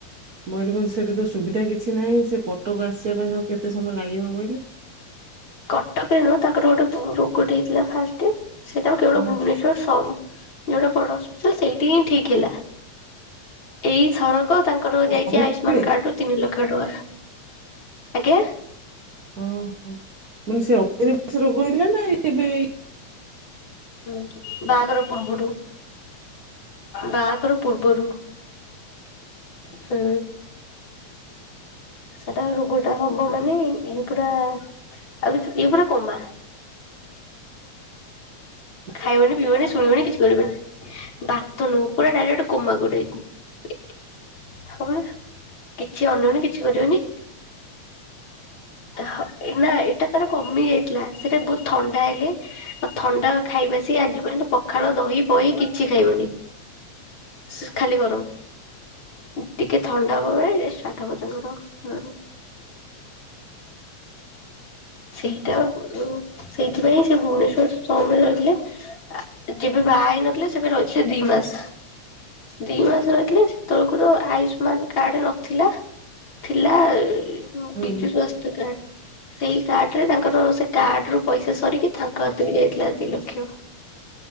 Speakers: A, on the right (about 85°); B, on the left (about 45°).
A: ମୟୂରଭଞ୍ଜ୍ ସେଠି ତ ସୁବିଧା କିଛି ନାହିଁ ସେ କଟକ ଆସିବା ପାଇଁ ତାଙ୍କୁ କେତେ ସମୟ ଲାଗିବ କହିଲୁ?
B: କଟକରେ ନୁହୁଁ ତାଙ୍କର ଗୋଟେ ରୋଗ ଟେ ହେଇଥିଲା ଫାଷ୍ଟେ ସେଟା କେବଳ
A: ହଁ।
B: ଭୁବନେଶ୍ଵର ସମ୍ ଯଉଟା ବଡ ହସ୍ପିଟାଲ୍ ସେଇଠି ହିଁ ଠିକ୍ ହେଲା ଏଇ ଥରକ ତାଙ୍କ୍ ତାଙ୍କର ଯାଇଚି
A: ଅଭ୍ୟାସ
B: ଆୟୁଷ୍ମାନ
A: ବେଳେ
B: କାର୍ଡ ରୁ ତିନି ଲକ୍ଷ ଟଙ୍କା ଆଜ୍ଞା।
A: ଓହୋ ମାନେ ସେ <unintelligible> ରୋଗ ହେଇଥିଲା ନା ଏବେ ଏଇ
B: ହୁଁ- ବାହାଘର ପୂର୍ବରୁ। ବାହାଘର ପୂର୍ବରୁ। ହୁ ସେଟା ରୋଗ ଟା ହବ ମାନେ ଇଏ ପୁରା ଆଉ କି- ଇଏ ପୁରା କୋମା।
A: <inaudible>
B: ଖାଇବେନି, ପିଇବେନି, ଶୁଣିବେନି କିଛି କରିବେନି। ବାତ ନୁହୁଁ ପୁରା ଡାଇରେକ୍ଟେ କୋମା କୁ <unintelligible> ହଁ ପରା। କିଛି ଅନେଇବେନି କିଛି କରିବନି ହଁ ଏଇନା ଏ ସେଟା ତାର କମି ଯାଇଥିଲା ସେଟା ବହୁତ୍ ଥଣ୍ଡା ହେଲେ ଆଉ ଥଣ୍ଡା ଖାଇବା ସେ ଆଜି ପର୍ଯ୍ୟନ୍ତ ପଖାଳ ଦହି ପହି କିଛି ଖାଇବନି। ସେ ଖାଲି ଗରମ୍- ରୁଟି। ଟିକେ ଥଣ୍ଡା ହବ ମାନେ ଷ୍ଟାର୍ଟ ହବ ତାଙ୍କର। ହଁ- ସେଇଟା ଉଁ- ସେଇ ସେଥିପାଇଁ ସେ ଭୁବନେଶ୍ଵର ସମ୍ ରେ ରହିଥିଲେ ଆ-ଯେବେ ବାହା ହେଇ ନ ଥିଲେ ସେବେ ରହିଥିଲେ ଦି ମାସ୍ -ଦି ମାସ୍ ରହିଥିଲେ ସେତେବଳକୁ ତ ଆୟୁଷ୍ମାନ କାର୍ଡ ନଥିଲା ଥିଲା ବିଜୁ
A: ଏଇ
B: ସ୍ୱାସ୍ଥ୍ୟ <unintelligible> ସେଇ କାର୍ଡ ରେ ତାଙ୍କର ସେ କାର୍ଡ ରୁ ପଇସା ସରିକି ତାଙ୍କ ହାତରୁ ବି ଯାଇଥିଲା ଦି ଲକ୍ଷ।